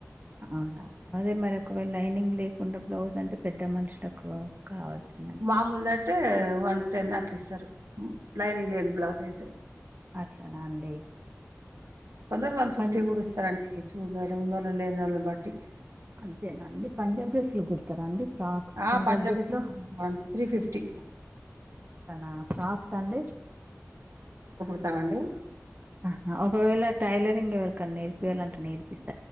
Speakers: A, on the right; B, on the right.
A: అవునా అదే మరి ఒకవేళ లైనింగ్ లేకుండా బ్లౌజ్ అంటే పెద్ద మనుషులకు కావాల్సిందంటే
B: మామూలుది అంటే వన్ టెన్ అట్ల ఇస్తారు లైనింగ్ లేని బ్లౌజ్ అయితే
A: అట్లానా అండి
B: కొందరు వన్ ఫిఫ్టీ
A: పం
B: కూడా ఇస్తారండి చూ ఉన్నోళ్ళు లేనోళ్లని బట్టి
A: అంతేనా అండి పంజాబ్ డ్రెస్ లు కుడతారా అండి ఫ్రాక్స్
B: ఆ
A: పంజాబ్
B: పంజాబ్స్
A: డ్రెస్‌లో
B: త్రీ ఫిఫ్టీ
A: అట్లానా ఫ్రాక్స్ అండి
B: రావా అండి
A: ఆహా ఒకవేళ టైలరింగ్ ఎవరికన్న నేర్పియాలంటే నేర్పిస్త